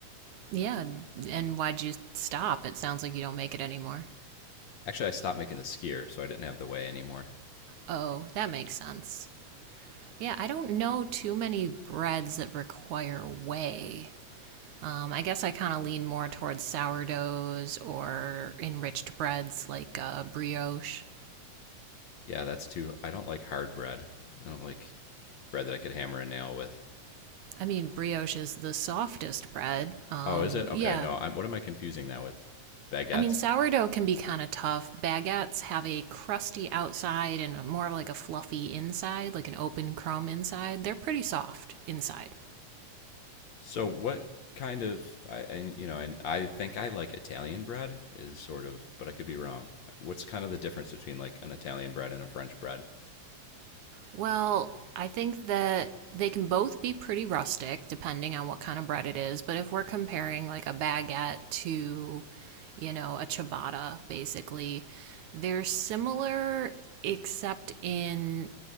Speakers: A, on the right; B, on the left.
A: Yeah, and why'd you stop? It sounds like you don't make it anymore.
B: Actually, I stopped making the skier, so I didn't have the whey anymore.
A: Oh, that makes sense. Yeah, I don't know too many breads that require whey. Um, I guess I kind of lean more towards sourdoughs or enriched breads like uh, brioche.
B: Yeah, that's too. I don't like hard bread. I don't like bread that I could hammer a nail with.
A: I mean, brioche is the softest bread. Um,
B: Oh, is it okay?
A: yeah,
B: No, I'm, what am I confusing that with? Baguettes.
A: I mean, sourdough can be kind of tough. Baguettes have a crusty outside and more like a fluffy inside, like an open crumb inside. They're pretty soft inside.
B: So what kind of I, I you know, and I think I like Italian bread is sort of, but I could be wrong. What's kind of the difference between like an Italian bread and a French bread?
A: Well, I think that they can both be pretty rustic depending on what kind of bread it is, but if we're comparing like a baguette to, you know, a ciabatta, basically, they're similar except in